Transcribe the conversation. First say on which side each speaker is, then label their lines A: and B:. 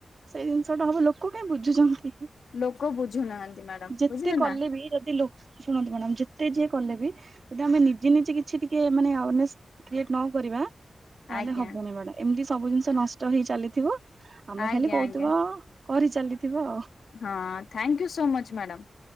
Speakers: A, on the right; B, on the left.
A: ସେଇ ଜିନିଷ ଟା ହବ ଲୋକ କାହିଁ ବୁଝୁଛନ୍ତି।
B: ଲୋକ ବୁଝୁନାହାନ୍ତି ମ୍ୟାଡାମ
A: ଯେତେ
B: ବୁଝିଲେ
A: କଲେ
B: ନା
A: ବି ଯଦି ଲୋକ ଶୁଣନ୍ତୁ ମ୍ୟାଡ଼ାମ୍ ଯେତେ ଯିଏ କଲେ ବି ଯଦି ଆମେ ନିଜେ ନିଜେ କିଛି ଟିକେ ମାନେ ଆୱାରନେସ୍ କ୍ରିଏଟ ନ କରିବା। ତାହେଲେ
B: ଆଜ୍ଞା
A: ହବନି ମ୍ୟାଡ଼ାମ୍ ଏମିତି। ସବୁ ଜିନିଷ ନଷ୍ଟ ହେଇ ଚାଲିଥିବ। ଆମେ
B: ଆଜ୍ଞା
A: ଖାଲି କହୁଥିବା
B: ଆଜ୍ଞା
A: କରି ଚାଲିଥିବ।
B: ହଁ thank you so much madam.